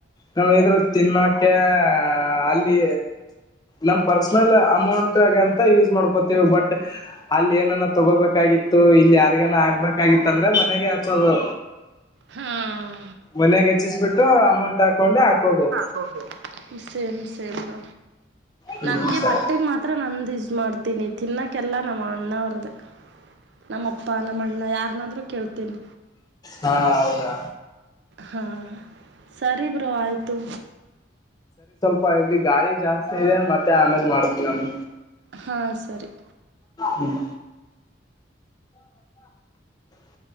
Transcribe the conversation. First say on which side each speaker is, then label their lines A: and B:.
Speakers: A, on the left; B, on the right.
A: ನಾವ್ ಏನಾದ್ರು ತಿನ್ನಕೆ ಅಲ್ಲಿ ನಮ್ ಪರ್ಸನಲ್ ಅಮೌಂಟ್ಗ ಅಂತ ಯೂಸ್ ಮಾಡ್ಕೋತೀವಿ ಬಟ್ ಅಲ್ಲಿ ಏನಾನ ತಗೋಬೇಕಾಗಿ ಇಲ್ಲಿ ಯಾರಿಗೆನ ಆಗ್ಬೇಕಾಗಿತ್ ಅಂದ್ರ ಮನೆಗೆ ಹಚ್ಚೋದು.
B: ಹಾಂ
A: ಮನಾಗ ಹೆಚ್ಚಿಸಬಿಟ್ಟು ಅಮೌಂಟ್ ಹಾಕೊಂಡು ಹಾಕೋದು.
B: ಹ್ಮ್ ಸರಿ ಸರಿ ಮ
A: ಹ್ಮ್
B: ನನ್ಗೆ
A: ಸರಿ
B: ಬಟ್ಟೆಗ್ ಮಾತ್ರ ನಂದಿ ಮಾಡ್ತೀನಿ ತಿನ್ನಕೆಲ್ಲ ನಮ್ ಅಣ್ಣಾರ್ದೇ. ನಮ್ಮಪ್ಪ ನಮ್ಮ ಅಣ್ಣ ಯಾರನಾದ್ರು ಕೇಳ್ತೀನಿ.
A: ಹಾ ಹೌದಾ
B: ಹಾ ಸರಿ ಬ್ರೋ ಆಯ್ತು.
A: ಪ ಇಲ್ಲಿ ಗಾಳಿ ಜಾಸ್ತಿ ಇದೆ ಮತ್ತೆ ಆಮೇಲೆ ಮಾಡ್ತ್ನ್ ನಾನು.
B: ಹಾಂ ಸರಿ
A: ಹ್ಮ್ <unintelligible>